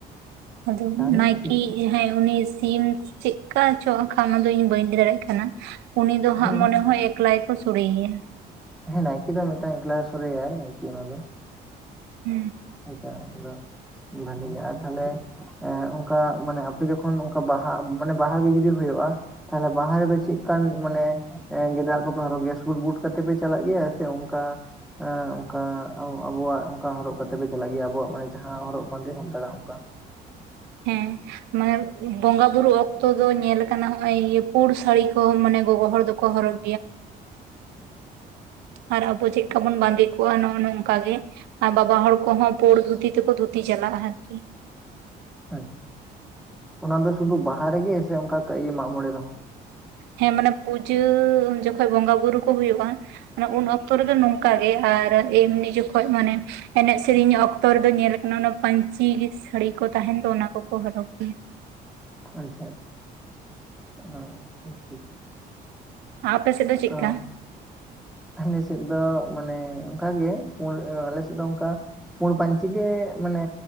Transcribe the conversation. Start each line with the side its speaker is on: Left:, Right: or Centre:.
Right: ᱟᱫᱚ
Centre: ᱛᱟᱦᱚᱞᱮ
Right: ᱱᱟᱭᱠᱮ
Centre: ᱴᱷᱤᱠ
Right: ᱡᱟᱦᱟᱸᱭ ᱩᱱᱤ ᱥᱤᱢ ᱪᱮᱫᱠᱟ ᱪᱚ ᱦᱟᱸᱜᱠᱷᱟᱱ ᱚᱱᱟ ᱫᱚ ᱤᱧ ᱵᱟᱹᱧ ᱞᱟᱹᱭ ᱫᱟᱲᱮᱭᱟᱜ ᱠᱟᱱᱟ ᱩᱱᱤ ᱫᱚ ᱦᱟᱸᱜ
Centre: ᱦᱮᱸ
Right: ᱢᱚᱱᱮ ᱦᱚᱭ ᱮᱠᱞᱟ ᱜᱮᱠᱚ ᱥᱳᱲᱮᱭᱟ᱾
Centre: ᱦᱮᱸ ᱱᱟᱭᱠᱮ ᱫᱚ ᱢᱤᱫᱴᱟᱝ ᱮᱠᱞᱟ ᱜᱮ ᱥᱚᱲᱮᱭᱟᱭ ᱟᱨᱠᱤ ᱚᱱᱟ ᱫᱚ
Right: ᱦᱮᱸ
Centre: ᱟᱪᱪᱷᱟ ᱚᱱᱟ ᱵᱷᱟᱹᱞᱤ ᱜᱮ ᱟᱨ ᱛᱟᱦᱚᱞᱮ ᱮᱜᱸ ᱚᱱᱠᱟ ᱢᱟᱱᱮ ᱟᱯᱮ ᱡᱚᱠᱷᱚᱱ ᱚᱱᱠᱟ ᱵᱟᱦᱟ ᱢᱟᱱᱮ ᱵᱟᱦᱟ ᱜᱮ ᱡᱩᱫᱤ ᱦᱩᱭᱩᱜ-ᱟ? ᱛᱟᱦᱚᱞᱮ ᱵᱟᱦᱟ ᱨᱮᱫᱚ ᱪᱮᱫ ᱞᱮᱠᱟᱱ ᱢᱟᱱᱮ ᱜᱮᱸᱫᱟᱜ ᱠᱚᱯᱮ ᱦᱚᱨᱚᱜ ᱜᱮᱭᱟ ᱥᱩᱴ ᱵᱩᱴ ᱠᱟᱛᱮ ᱯᱮ ᱪᱟᱞᱟᱜ ᱜᱮᱭᱟ ᱥᱮ ᱚᱱᱠᱟ ᱚᱱᱠᱟ ᱟᱵᱚᱣᱟᱜ ᱚᱱᱠᱟ ᱦᱚᱨᱚᱜ ᱠᱟᱛᱮ ᱯᱮ ᱪᱟᱞᱟᱜ ᱜᱮᱭᱟ ᱟᱵᱚᱣᱟᱜ ᱢᱟᱱᱮ ᱡᱟᱦᱟᱸ ᱦᱚᱨᱚᱜ ᱵᱟᱸᱫᱮ ᱥᱟᱱᱛᱟᱲ ᱟᱜ ᱚᱱᱠᱟ
Right: ᱦᱮᱸ ᱢᱟᱱᱮ ᱵᱚᱸᱜᱟ ᱵᱩᱨᱩ ᱚᱠᱛᱚ ᱫᱚ ᱧᱮᱞ ᱟᱠᱟᱱᱟ ᱱᱚᱸᱜ-ᱚᱭ ᱤᱭᱟᱹ ᱯᱩᱲ ᱥᱟᱹᱲᱤ ᱠᱚ ᱢᱟᱱᱮ ᱜᱚᱜᱚ ᱦᱚᱲ ᱫᱚᱠᱚ ᱦᱚᱨᱚᱜ ᱟᱨ ᱟᱵᱚ ᱪᱮᱫᱠᱟ ᱵᱚᱱ ᱵᱟᱸᱫᱮ ᱠᱚᱜ-ᱟ ᱱᱚᱜ-ᱚ ᱱᱚᱝᱠᱟ ᱜᱮ ᱟᱨ ᱵᱟᱵᱟ ᱦᱚᱲ ᱠᱚᱦᱚᱸ ᱯᱩᱸᱲ ᱫᱷᱩᱛᱤ ᱛᱮᱠᱚ ᱫᱷᱩᱛᱤ ᱪᱟᱞᱟᱜ-ᱟ ᱟᱨᱠᱤ
Centre: ᱟᱪᱪᱷᱟ ᱚᱱᱟ ᱫᱚ ᱥᱩᱫᱷᱩ ᱵᱟᱦᱟ ᱨᱮᱜᱮ ᱥᱮ ᱚᱱᱠᱟ ᱢᱟᱸᱜ ᱢᱚᱸᱬᱮ ᱨᱮᱦᱚᱸ?
Right: ᱦᱮᱸ ᱢᱟᱱᱮ ᱯᱩᱡᱟᱹ ᱡᱚᱠᱷᱚᱡ ᱵᱚᱸᱜᱟ ᱵᱩᱨᱩ ᱠᱚ ᱦᱩᱭᱩᱜ-ᱟ ᱩᱱ ᱚᱠᱛᱚ ᱨᱮᱫᱚ ᱱᱚᱝᱠᱟ ᱜᱮ ᱟᱨ ᱮᱢᱱᱤ ᱡᱚᱠᱷᱚᱡ ᱢᱟᱱᱮ ᱮᱱᱮᱡ ᱥᱮᱨᱮᱧ ᱚᱠᱛᱚ ᱨᱮᱫᱚ ᱧᱮᱞ ᱠᱟᱱᱟ ᱚᱱᱟ ᱯᱟᱟᱹᱧᱪᱤ ᱥᱟᱹᱲᱤ ᱠᱚ ᱛᱟᱦᱮᱱ ᱫᱚ ᱚᱱᱟ ᱠᱚᱠᱚ ᱦᱚᱨᱚᱜ ᱜᱮᱭᱟ᱾
Centre: ᱟᱪᱪᱷᱟ ᱟᱪᱪᱷᱟ ᱚ ᱴᱷᱤᱠ ᱴᱷᱤᱠ
Right: ᱟᱯᱮ ᱥᱮᱫ ᱫᱚ ᱪᱮᱫᱠᱟ?
Centre: ᱚ ᱟᱞᱮ ᱥᱮᱫ ᱫᱚ, ᱢᱟᱱᱮ ᱚᱱᱠᱟᱜᱮ, ᱟᱞᱮ ᱥᱮᱫ ᱫᱚ ᱚᱱᱠᱟ ᱯᱩᱲ ᱯᱟᱹᱧᱪᱤ ᱜᱮ, ᱢᱟᱱᱮ